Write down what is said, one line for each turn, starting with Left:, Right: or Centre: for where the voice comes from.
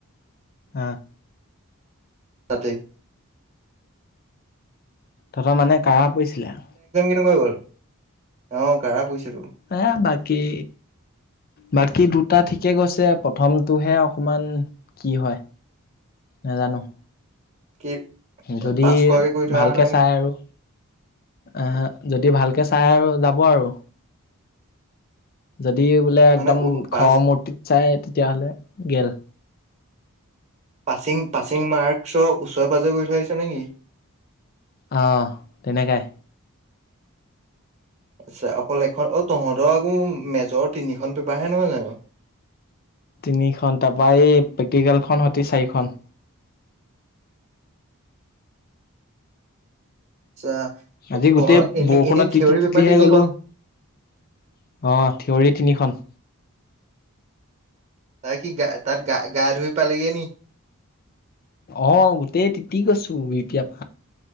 Left: হ।
Right: ততে।
Left: তহঁতৰ মানে কঢ়া পৰিছিলে।
Right: কেনেকুৱাই গ'ল, অ কাঢ়া পৰিছেতো।
Left: এ বাকী, বাকী দুটা ঠিকে গৈছে প্ৰথমটোহে অকমান, কি হয় নাজানো
Right: কি
Left: যদি
Right: পাছ কৰাকে কৰি থৈ
Left: ভালকে
Right: অহা নাই
Left: চাই
Right: নি?
Left: আৰু, আহ যদি ভাল। চাই আৰু যাব আৰু। যদি বোলে
Right: মানে
Left: একদম
Right: পাছ
Left: খৰৰ মূৰ্তিত চায় তেতিয়াহ'লে। গেল।
Right: পাছিং পাছিং মাৰ্কছৰ ওচৰে পাঁজৰে গৈ থৈছে নেকি?
Left: আহ তেনেকাই।
Right: আচ্ছা অকল এখন অঁ তহঁতৰ আকৌ মেজৰ তিনিখন পেপাৰ হে নহয় জানোঁ
Left: তিনিখন তাৰপা এই প্ৰেক্টিকেলখন সতি চাৰিখন।
Right: আচ্ছা
Left: আজি
Right: তহঁতৰ
Left: গোটেই
Right: এনে
Left: বৰষুণত
Right: এনেই থিয়ৰী
Left: তিতি
Right: পেপাৰ
Left: তিতিহে
Right: তিনিখন,
Left: গলো অ থিয়ৰী তিনিখন।
Right: তাই কি গা তাত গা গা ধুই পালিগে নেকি?
Left: অহঁ গোটেই তিতি গৈছোঁ বিতিয়া প